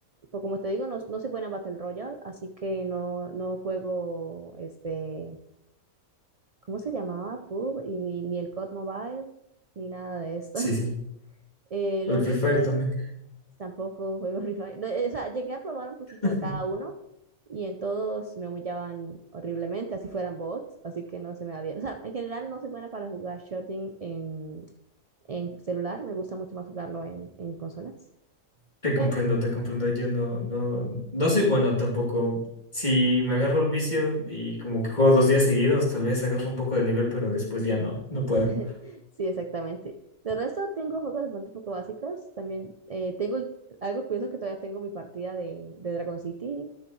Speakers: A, on the right; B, on the left.
A: pues como te digo, no, no soy buena en Battle Royale, así que no, no juego este, ¿cómo se llamaba? PUB y ni, ni el COD Mobile, ni nada de esto.
B: Sí,
A: <laughs>
B: sí.
A: Eh,
B: O
A: lo
B: el
A: único
B: Free Fire también.
A: tampoco juego Free Fire. No, eh, O sea, llegué a probar un poquito
B: <laughs>
A: de cada uno y en todos me humillaban horriblemente, así fueran bots, así que no se me da bien. O sea, en general no soy buena para jugar shooting en, en celular, me gusta mucho más jugarlo en, en consolas.
B: Te comprendo,
A: Pero
B: te comprendo. Yo no, no, no soy bueno tampoco. Si me agarro el vicio y como que juego dos días seguidos, tal vez agarro un poco de nivel, pero después ya no, no puedo.
A: <laughs> sí, exactamente. De resto tengo juegos de pronto un poco básicos. También eh, tengo algo curioso que todavía tengo mi partida de, de Dragon City.